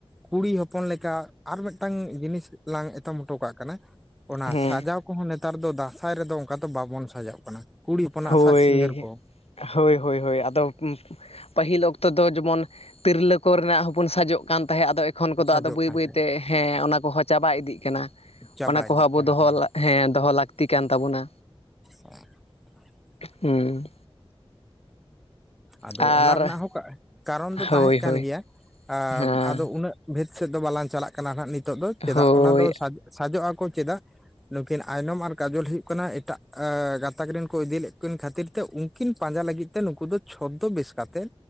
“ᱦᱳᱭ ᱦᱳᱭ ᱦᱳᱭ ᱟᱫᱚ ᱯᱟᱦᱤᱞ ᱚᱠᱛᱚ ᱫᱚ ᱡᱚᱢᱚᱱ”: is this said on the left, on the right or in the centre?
Left